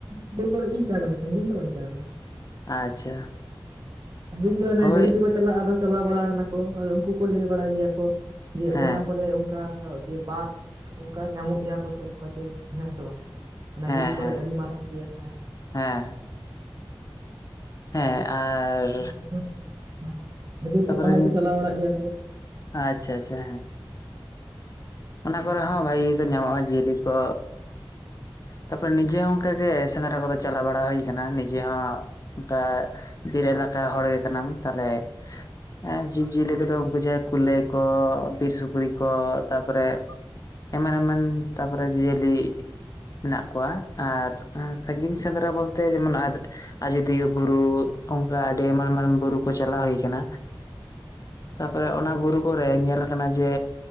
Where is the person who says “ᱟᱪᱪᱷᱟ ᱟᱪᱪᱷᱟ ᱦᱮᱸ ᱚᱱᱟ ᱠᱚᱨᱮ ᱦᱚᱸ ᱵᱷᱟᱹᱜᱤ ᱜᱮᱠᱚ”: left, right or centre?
Left